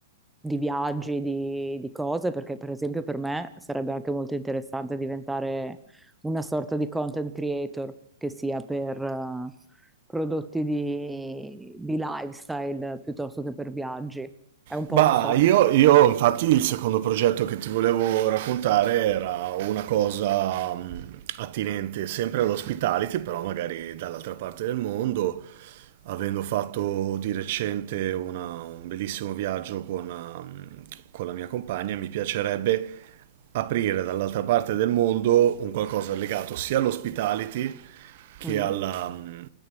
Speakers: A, in the centre; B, on the right.
A: di viaggi, di, di cose? Perché per esempio per me sarebbe anche molto interessante diventare una sorta di content creator, che sia per eh, prodotti di, di lifestyle piuttosto che per viaggi. È un
B: Bah,
A: po' un sogno.
B: io,
A: che-
B: io, infatti il secondo progetto che ti volevo raccontare era una cosa mh, attinente sempre all'hospitality, però magari dall'altra parte del mondo, avendo fatto di recente una- un bellissimo viaggio con, um, con la mia compagna, mi piacerebbe aprire dall'altra parte del mondo un qualcosa legato sia all'hospitality che
A: Mm.
B: alla, mh,